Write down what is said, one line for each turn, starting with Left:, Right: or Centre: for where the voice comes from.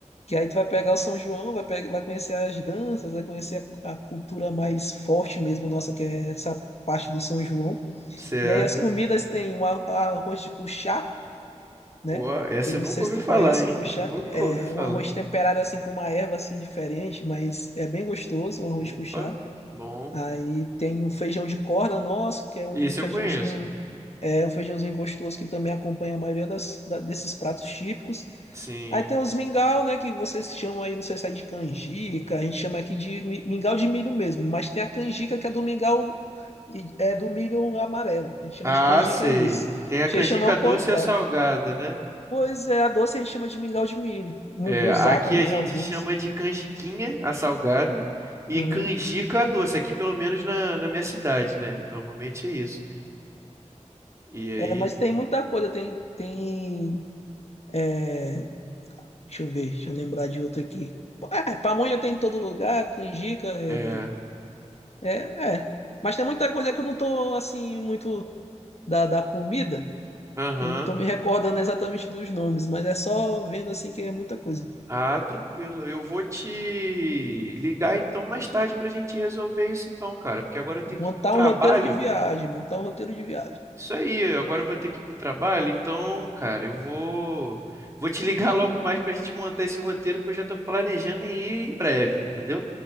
Left: Que aí tu vai pegar o São João, vai, pegar, vai conhecer as danças, vai conhecer a, a cultura mais forte mesmo nossa, que é essa parte do São João.
Right: Certo.
Left: E aí as comidas tem o ar- arroz de cuchá, né?
Right: Ó, essa
Left: Que eu não
Right: eu nunca
Left: sei
Right: ouvi
Left: se tu
Right: falar,
Left: conhece
Right: hein?
Left: o cuchá.
Right: Nunca
Left: É
Right: ouvi falar.
Left: um arroz temperado assim com uma erva assim diferente, mas é bem gostoso, um arroz
Right: Opa,
Left: cuchá.
Right: bom.
Left: Aí tem o feijão de corda nosso, que é um
Right: Esse
Left: feijãozinho,
Right: eu conheço.
Left: é um feijãozinho gostoso que também acompanha a maioria das, da- desses pratos típicos.
Right: Sim.
Left: Aí tem os mingau, né, que vocês chamam aí, não sei se é de canjica, a gente chama aqui de mi- mingau de milho mesmo, mas tem a canjica que é do mingau, e- é do milho amarelo, a gente chama
Right: Ah,
Left: de canjica
Right: sei.
Left: esse.
Right: Tem a
Left: Achei
Right: canjica
Left: chamar o
Right: doce
Left: contrário.
Right: e a salgada, né?
Left: Pois é, a doce a gente chama de mingau de milho. Mungunzá
Right: É, aqui
Left: também,
Right: a gente
Left: alguns.
Right: chama de canjiquinha, a salgada, e
Left: Uhum.
Right: canjica a doce, aqui pelo menos na, na minha cidade, né? Normalmente é isso. E aí,
Left: É, mas tem muita coisa, tem, tem... é, deixa eu ver, deixa eu lembrar de outro aqui. É, pamonha tem em todo lugar, canjica, é,
Right: é,
Left: é, é. Mas tem muita coisa que eu não tô, assim, muito da, da comida,
Right: aham,
Left: eu não tô me recordando exatamente dos nomes, mas é só vendo, assim, que é muita coisa.
Right: Ah, tranquilo. Eu vou te ligar então mais tarde pra gente resolver isso então, cara, porque agora eu tenho
Left: Montar
Right: que ir pro trabalho.
Left: um roteiro de viagem, montar um roteiro de viagem.
Right: Isso aí, agora eu vou ter que ir pro trabalho, então, cara, eu vou vou te <laughs> ligar logo mais pra gente montar esse roteiro, porque eu já tô planejando em ir em breve, entendeu?